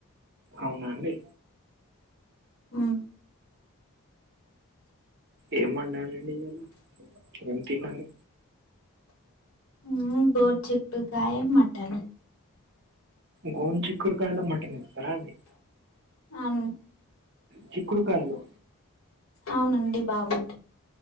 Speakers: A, on the right (about 50°); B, on the left (about 70°).
A: అవునా అండి
B: ఉమ్
A: ఏమ్ వండారండి ఇలా ఏం తిన్నారు
B: ఉ గోర్ చిక్కుడుకాయ మటన్
A: గోర్ చిక్కురుకాయలా మటన్ చేస్తరా అండి
B: అవున్
A: చిక్కుడుకాయలో
B: అవునండి బాగుంటుంది